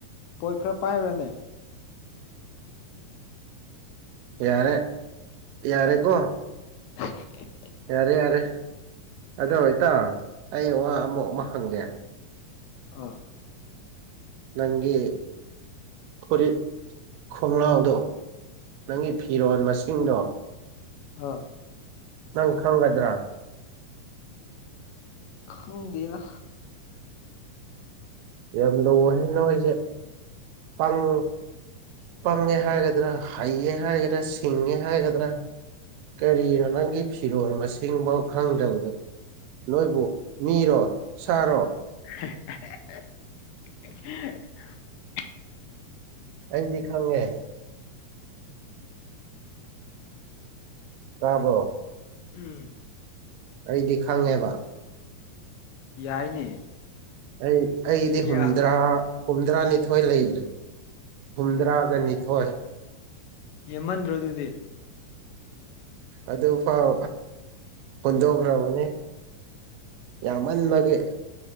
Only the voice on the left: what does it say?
ꯄꯣꯠ ꯈꯔ ꯄꯥꯏꯕ꯭ꯔꯅꯦ
<unintelligible>
ꯑꯥ
ꯑ
ꯈꯪꯗꯦꯗ
<unintelligible>
ꯎꯝ
ꯌꯥꯏꯅꯦ
ꯀꯌꯥ
ꯌꯦꯦꯝꯃꯟꯗ꯭ꯔꯣꯗꯨꯗꯤ